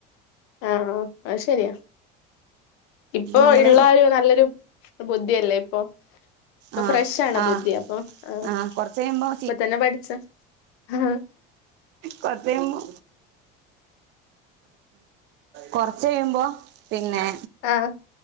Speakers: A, on the left; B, on the right.
A: ആഹ് അത് ശരിയാ ഇപ്പൊള്ള
B: നമ്മള്
A: ഒരു നല്ലൊരു ബുദ്ധിയല്ലേ ഇപ്പൊ ഇപ്പൊ
B: ആഹ്
A: ഫ്രഷാണ്
B: ആഹ്
A: ബുദ്ധി അപ്പൊ ആ
B: ആഹ് കൊറച്ച് കഴിയുമ്പോ
A: ഇപ്പൊ തന്നെ പഠിച്ച ആഹ്
B: കൊറച്യമ്പോ കൊറച്ചഴിയുമ്പോ പിന്നെ
A: ആഹ്